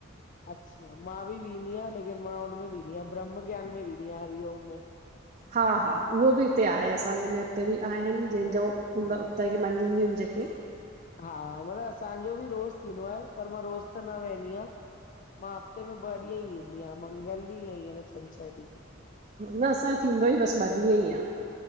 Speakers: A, on the left (about 40°); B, on the right (about 35°).
A: अच्छा, मां बि वेंदी आहियां लेकिन मां हुन में वेंदी आहियां ब्रह्म ज्ञान में वेंदी आहियां हरिओम में।
B: हा। हा। उहो बि हिते आहे। असांजे में उते बि आहिनि। जंहिंजो
A: अच्छा
B: हूंदो
A: हा
B: उतां खे मञींदियूं आहिनि जेके।
A: हा मतिलब असांजो बि रोज़ थींदो आहे। पर मां रोज़ त न वहदी आहिया। मां। हफ़्ते में ॿ ॾींहं ई वेंदी आहियां मंगल ॾींहं ऐ ई छंनछर ॾींहं।
B: न असांजो थींदो ई बसि ॿ ॾींहं ई आ।